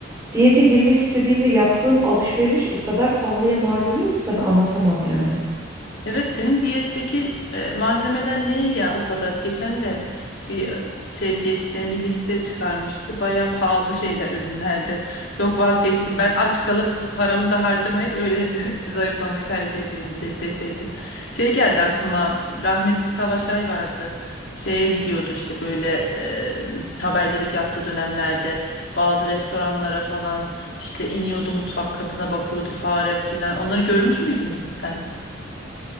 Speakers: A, on the right (about 20°); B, on the left (about 65°).
A: Diyete girmek istediğimde yaptığım alışveriş o kadar pahalıya mal oluyor ki sana anlatamam yani.
B: Evet senin diyetteki e, malzemeler ne ya o kadar? Geçen de bir e, şey diyetisyen bir liste çıkarmıştı. Bayağı pahalı şeyler ürünlerdi. Yok vazgeçtim. Ben aç kalıp paramı da harcamayıp öyle <laughs> zayıflamayı tercih ediyorum de, deseydin. Şey geldi aklıma. Rahmetli Savaş Ay vardı. Şeye gidiyordu işte böyle e, habercilik yaptığı dönemlerde bazı restoranlara falan işte iniyordu mutfak katına bakıyordu fare filan. Onları görmüş müydün sen?